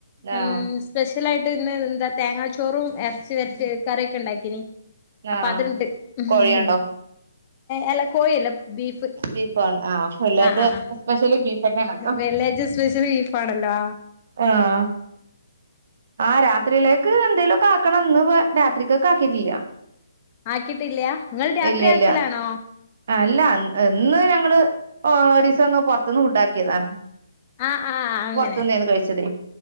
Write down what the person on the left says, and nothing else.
ഉം
സ്പെഷ്യലായിട്ട്ന്ന്ന്താ തേങ്ങാച്ചോറും എറച്ചി വരറ്റിത് കറിയൊക്കെ ണ്ടാക്കിനി. അപ്പൊ
അത്ണ്ട് ഉം
അല്ല കോഴില്ല ബീഫ്
ആഹ് ആഹ്
വെള്ളിയാഴ്ച സ്പെഷ്യല് പാടല്ലാ
ആക്കിട്ടില്ലാ നിങ്ങൾ രാത്രി
ആക്കലാണോ?
ആഹ് ആഹ് അങ്ങനെ.